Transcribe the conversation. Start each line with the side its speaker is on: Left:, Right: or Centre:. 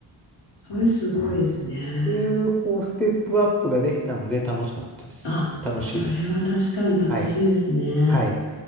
Left: それすごいですね。
Centre: ていう、こう、ステップアップができたので楽しかったです。
Left: あ、
Centre: 楽しいです。
Left: それは確かに楽しいですね。
Centre: はい。はい。